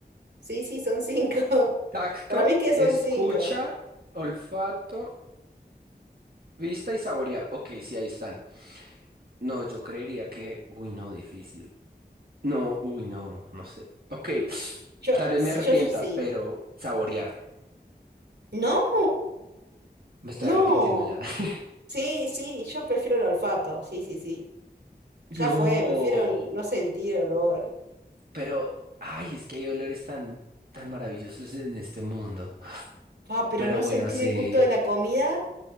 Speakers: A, on the right; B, on the right.
A: Sí, sí, son cinco. <laughs>
B: Tacto,
A: Para mí que son
B: escucha,
A: cinco.
B: olfato, vista y saborear. Ok, sí, ahí están. No, yo creería que... Uy, no, difícil. No, uy, no, no sé. Ok,
A: Yo,
B: tal vez
A: sí,
B: me arrepienta,
A: yo sí.
B: pero saborear.
A: No,
B: Me estoy
A: no.
B: arrepintiendo ya. <laughs>
A: Sí, sí, yo prefiero el olfato. Sí, sí, sí. Ya
B: No,
A: fue, prefiero no sentir olor.
B: pero... Ay, es que hay olores tan, tan maravillosos en este mundo.
A: Ah, pero
B: Pero
A: no
B: bueno,
A: sentir
B: sí.
A: el gusto de la comida.